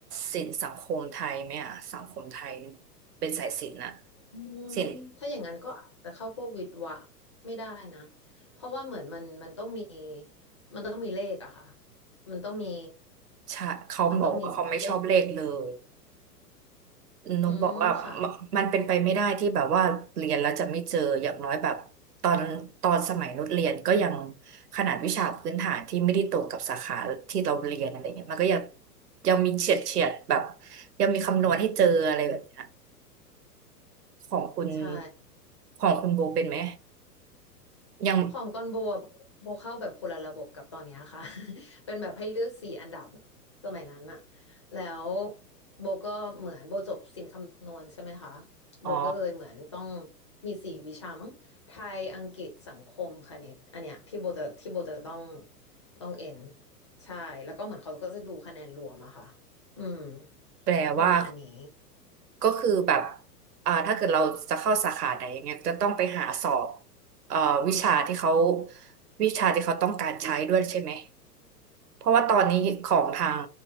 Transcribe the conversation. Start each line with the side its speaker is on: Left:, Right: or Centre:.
Right: ศิลป์สังคมไทยไหมอ่ะสังคมไทยเป็นสายศิลป์น่ะ
Left: อืม
Right: ศิลป์
Left: ถ้าอย่างนั้นก็อาจจะเข้าพวกวิทย์วะไม่ได้นะเพราะว่าเหมือนมันมันต้องมีมันต้องมีเลขอะค่ะมันต้องมี
Right: ชาเขาบอกว่าเขาไม่ชอบเลขเลย
Left: มันต้องมีเลข
Right: นุกบอกว่ามันมันเป็นไปไม่ได้ที่แบบว่าเรียนแล้วจะไม่เจออย่างน้อยแบบตอนตอนสมัยนุชเรียนก็ยัง
Left: อืมค่ะ
Right: ขนาดวิชาพื้นฐานที่ไม่ได้ตรงกับสาขาที่เราเรียนอะไรเงี้ยมันก็ยังยังมีเฉียดเฉียดแบบยังมีคำนวณให้เจออะไรแบบเนี้ยของคุณ
Left: ใช่
Right: ของคุณโบเป็นไหมยัง
Left: ของตอนโบอะโบเข้าแบบคนละระบบกับตอนเนี้ยค่ะ <laughs> เป็นแบบให้เลือกสี่อันดับเนอะสมัยนั้นอะแล้วโบก็เหมือนโบจบศิลป์คำนวณใช่ไหมคะโบก็เลยเหมือนต้อง
Right: อ๋อ
Left: มีสี่วิชามั้งไทยอังกฤษสังคมคณิตอันเนี้ยที่โบจะที่โบจะต้องต้องเอ็นใช่แล้วก็เหมือนเขาก็จะดูคะแนนรวมอะค่ะอืม
Right: แปลว่า
Left: ประมาณนี้
Right: ก็คือแบบอ่าถ้าเกิดเราจะเข้าสาขาไหนอย่างเงี้ยจะต้องไปหาสอบเอ่อวิชาที่เขาวิชาที่เขาต้องการใช้ด้วยใช่ไหม เพราะว่าตอนนี้ของทาง